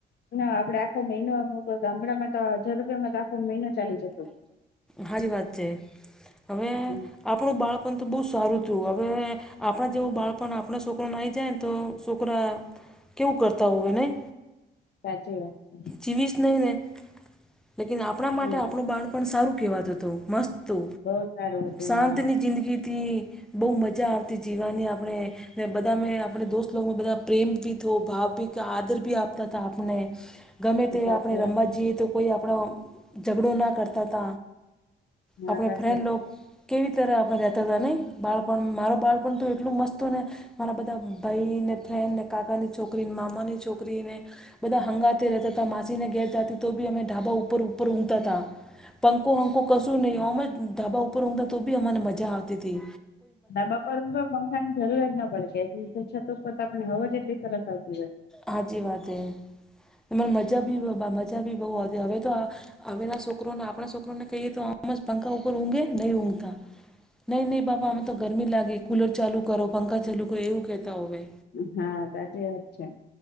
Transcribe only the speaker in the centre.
સાચી વાત છે હવે.
આપણું બાળપણ તો બહુ સારું હતું હવે આપણા જેવું બાળપણ આપણાં છોકરાને આવી જાય ને તો છોકરા કેવું કરતા હોય નહી.
જીવીશ નહીં ને લેકીન આપણા
માટે આપણું બાણપણ સારું કહેવાતું મસ્ત. તો
શાંતની
જિંદગીથી બહુ મજા આવતી જીવાની આપણે. બધા મેં આપણે દોસ્તમાં બધા પ્રેમ ભી ભાવ ભી આદર ભી આપ તથા આપણે ગમે તે
આપણે રમવાજીએ.
તો કોઈ આપણો ઝઘડો ના કરતા ત આપણે
ફ્રેન્ડ કેવી રીતે તરફ આપણે રહેતા હતા નહીં બાળપણ મારો બાળપણ તો એટલું મસ્તતું ને મારા બધા ભાઈ ને ફ્રેન્ડ ને કાકાની છોકરી મામાની છોકરીને બધા હંગાથે રહેતા હતા માસીને ઘેર જાતી તો બી અમે ઢાબા ઉપર ઉપર ઊંઘતા હતા. પંખો હંખો કશું
નહી ઓમ જ ઢાબા ઉપર ઊઘતા તો બી અમને મજા આવતી તી.
હાજી વાત એ એને મજા બી મજા બી બહુ હતી હવે તો આ હવે ના છોકરોને આપણા છોકરોને કહીએ તો આમ જ પંખા ઉપર ઊંઘે નહી ઊંઘતા. નહીં નહીં બાબા આમે તો ગરમી લાગી કુલર ચાલુ કરો પંખા ચાલુ કરો એવું કહેતા હોય.